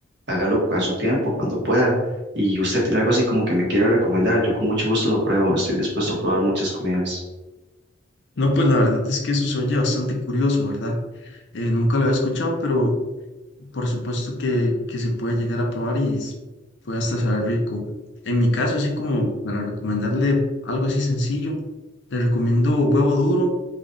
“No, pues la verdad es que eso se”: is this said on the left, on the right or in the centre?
Left